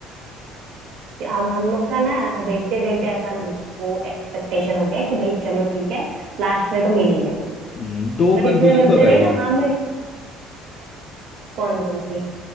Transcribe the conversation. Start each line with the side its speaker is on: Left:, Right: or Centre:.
Right: कि अब हम लोग का ना देखते देखते ऐसा वो एक्सपेक्टेशन हो गया कि भाई चलो ठीक है लास्ट में तो मिल ही जाएंगे
Left: हम्म, दो
Right: बट
Left: कंफ्यूजन
Right: इसमें मिलते
Left: तो
Right: नहीं
Left: रही
Right: तो हमें कौन कौन सी